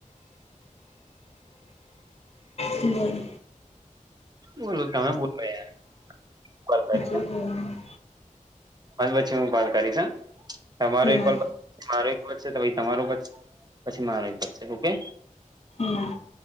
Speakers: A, on the left; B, on the right.
A: હમ્મ.
B: બોલો તમે. <unintelligible>
A: જે બોલવાનું
B: હ પછી હું કોલ કરીશ તમારો એક
A: ના
B: કોલ મારો એક વ છે તમારો પછી મારો છે ઓકે
A: ના